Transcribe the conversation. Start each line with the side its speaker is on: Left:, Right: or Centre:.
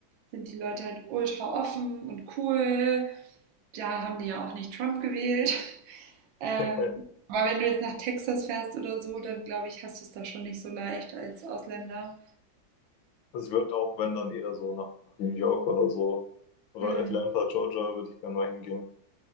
Right: sind die Leute halt ultra offen und cool. Da haben die ja auch nicht Trump gewählt. <laughs> Ähm,
Left: <laughs>
Right: aber wenn du jetzt nach Texas fährst oder so, dann glaube ich, hast du es da schon nicht so leicht als Ausländer.
Left: Also ich würde auch, wenn dann eher so nach New York oder so oder
Right: Hm.
Left: Atlanta, Georgia, würde ich gerne mal hingehen.